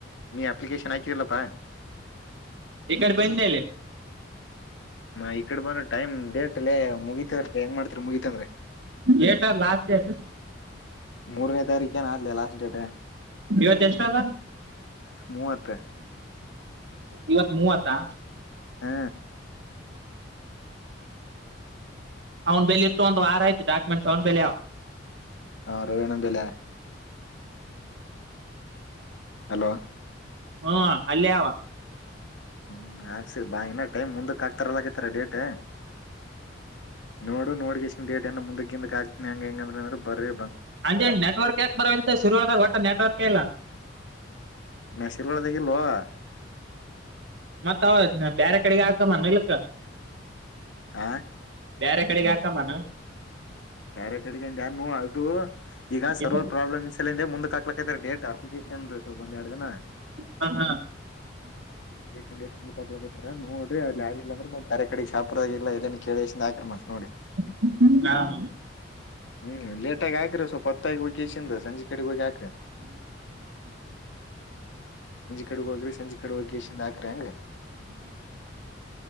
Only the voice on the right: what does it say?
ಇಕಡೆ ಬಂದನಿಲ್ಲಿ
ಏಟ ಲಾಸ್ಟ್ ಡೇಟ್
ಇವತ್ತ ಎಷ್ಟು ಅದ
ಇವತ್ ಮೂವತ್ತಾ
ಅವ್ನ್ ಬೆಲಿ ಇಟ್ಟ ಒಂದು ವಾರ ಆಯ್ತು ಡಾಕ್ಯುಮೆಂಟ್ಸ್ ಅವ್ ಬಲೆ ಅವ
ಹ್ಮ ಅಲ್ಲೇ ಆವಾ
ಅಂಡ್ ನೆಟ್ವರ್ಕ್ ಯಾಕೆ ಬರೋಂತ ಶುರುವಾದಾಗ ಒಟ್ಟೆ ನೆಟ್ವರ್ಕ್ ಇಲ್ಲಾ
ಮತ್ತ ಅವ ಬೇರೆ ಕಡೆಗೆ ಹಾಕುಮನ ನಡಿತ್
ಬ್ಯಾರೆ ಕಡೆಗೆ ಹಾಕುಮ್ಮನ
ಇಂದ
ಹ ಹಾ
<unintelligible>